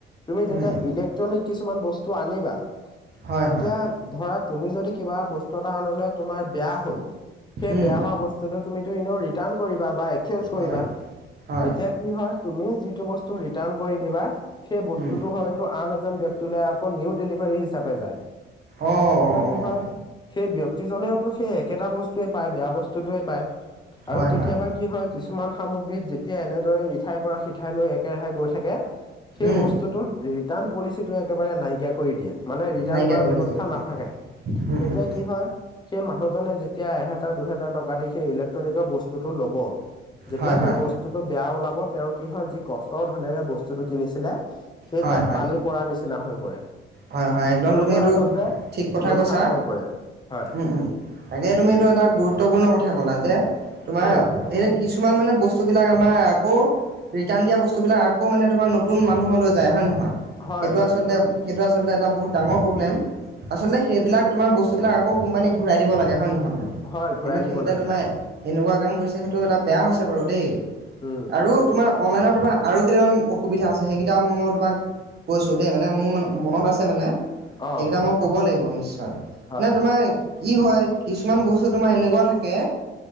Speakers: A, on the left; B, on the right.
A: তুমি যেতিয়া
B: উম
A: ইলেক্ট্ৰনিক কিছুমান বস্তু আনিবা
B: হয়
A: তেতিয়া
B: হয়
A: ধৰা তুমি যদি কিবা বস্তু এটা আনিলা তোমাৰ বেয়া হ'ল সেই
B: উম
A: বেয়া হোৱা বস্তুটো তুমি তুমি এনেও ৰিটাৰ্ণ কৰিবা বা এক্সচেঞ্জ কৰিবা
B: হয় হয়
A: তেতিয়া কি হয় তুমি যিটো বস্তু টো ৰিটাৰ্ণ কৰি দিবা সেই বস্তুটো
B: উম
A: হয়তো আন এজন ব্যক্তিক আকৌ নিউ ডেলিভাৰী হিচাপে যায়।
B: অঁ
A: তেতিয়া
B: অঁ
A: কি হয়
B: অঁ
A: সেই ব্যক্তিজনেওতো সেই একেটা বস্তু য়ে পায় বেয়া বস্তুতোয়ে পায় আৰু
B: হয়
A: কেতিয়াবা
B: হয়
A: কি হয় কিছু কিছুমান সামগ্ৰীত যেতিয়া এনেদৰে ইঠাইৰ পৰা সিঠাই লৈ একেৰাহে গৈ থাকে সেই
B: উম
A: বস্তুটোত ৰিটাৰ্ণ পলিচিটোৱে একেবাৰে নাইকিয়া কৰি দিয়ে মানে ৰিটাৰ্ণ
B: নাইকিয়া
A: কৰা
B: কৰি
A: ব্যৱস্থা
B: যায় হয়
A: নাথাকে
B: হয় উম
A: তেতিয়া
B: উম
A: কি হয় সেই মানুহজনে যেতিয়া দুহেজাৰ টকা দি ইলেক্ট্ৰনিক বস্তুটো ল'ব যেতিয়া
B: হয়
A: সেই
B: হয়
A: বস্তুটো বেয়া ওলাব তেওঁ কি হয় যি কষ্টৰ ধনেৰে বস্তুটো কিনিছিলে সেই
B: হয়
A: তাত
B: হয়
A: পানী পৰা নিচিনা হৈ পৰে
B: হয় হয় একদম
A: তেওঁলোকৰ
B: তুমি এইটো
A: আচলতে
B: ঠিক কথা
A: লোকচান
B: কৈছা
A: হৈ পৰে হয়
B: উম উম তাকে তুমি এইটো এটা গুৰুত্বপূৰ্ণ কথা কলা যে তোমাৰ
A: উম
B: এই কিছুমান মানে বস্তু বিলাক আমাৰ আকৌ ৰিটাৰ্ণ দিয়া বস্তু বিলাক আকৌ মানে তোমাৰ নতুন মানুহলৈ যায় হয় নহয়
A: হয়
B: সেইটো
A: হয়
B: আচলতে সেইটো আচলতে এটা বহুত ডাঙৰ প্ৰব্লেম আচলতে সেইবিলাক তোমাৰ বস্তুবিলাক আকৌ কোম্পানীক ঘূৰাই দিব লাগে হয় নহয়
A: হয় ঘূৰাই
B: কিন্তু সিহঁতে
A: দিব লাগে
B: তোমাৰ এনেকুৱা কাম কৰিছে সেইটো এটা বেয়া হৈছে বাৰু দেই
A: উম
B: আৰু তোমাৰ অনলাইনত তোমাৰ আৰু কেইটামান অসুবিধা আছে সেইকেইটা মই তোমাক কৈছোঁ দেই মানে মোৰ মানে মনত আছে মানে
A: অ
B: সেইকেইটা মই ক'ব লাগিব নিশ্চয়
A: হয়
B: নে তোমাৰ কি হয় কিছুমান বস্তু তোমাৰ এনেকুৱা থাকে